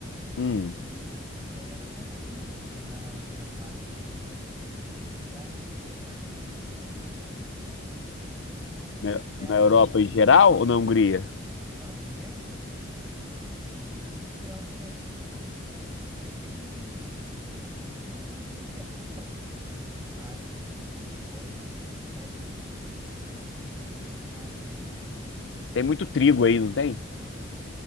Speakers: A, on the left; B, on the right.
A: Hum,
B: e, e aí ela conseguiu aqui na, na Bayer, porque é um setor que eles precisam muito aqui na, na Hungria.
A: na,
B: E
A: na
B: aí,
A: Europa em geral ou na Hungria?
B: na Hungria, é 100% Eles, porque a Hungria, tipo, é bem Não, não digo que é totalmente agro, né, o forte, mas eles têm um setor agro bem grande aqui.
A: Tem muito trigo aí, não tem?
B: Tem.